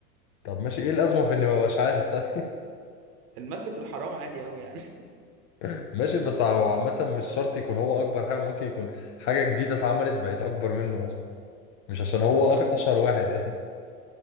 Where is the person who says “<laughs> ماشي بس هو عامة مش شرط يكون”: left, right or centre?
Left